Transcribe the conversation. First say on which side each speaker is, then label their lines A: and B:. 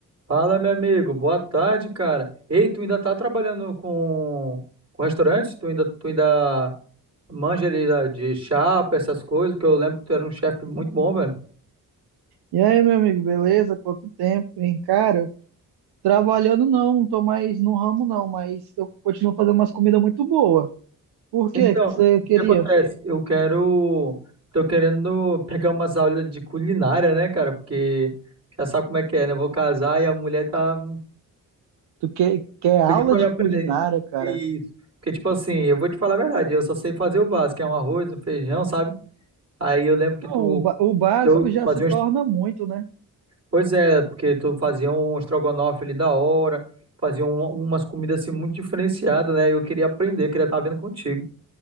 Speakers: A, on the right; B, on the right.
A: Fala, meu amigo. Boa tarde, cara. Ei, tu ainda tá trabalhando com, com restaurante? Tu ainda, tu ainda manja ali da- de chapa, essas coisas, que eu lembro que tu era um chefe muito bom, velho.
B: E aí, meu amigo, beleza? Quanto tempo, hein? Cara, trabalhando não, não tô mais no ramo não, mas eu continuo fazendo umas comidas muito boas. Por
A: Então,
B: quê? que você
A: o
B: queria?
A: que acontece? Eu quero. Tô querendo pegar umas aulas de culinária, né, cara? Porque já sabe como é que é, né? Eu vou casar e a mulher tá
B: Tu quer, quer aula
A: pedindo pra
B: de
A: eu aprender.
B: culinária, cara?
A: Isso. Porque, tipo assim, eu vou te falar a verdade, eu só sei fazer o básico, que é um arroz, um feijão, sabe? Aí eu lembro que
B: Não,
A: tu.
B: o, ba- o básico
A: Eu
B: já
A: fazia
B: se torna
A: um
B: muito, né?
A: Pois é, porque tu fazia um estrogonofe ali da hora, fazia um- umas comidas assim muito diferenciadas, né? Eu queria aprender, queria estar vendo contigo.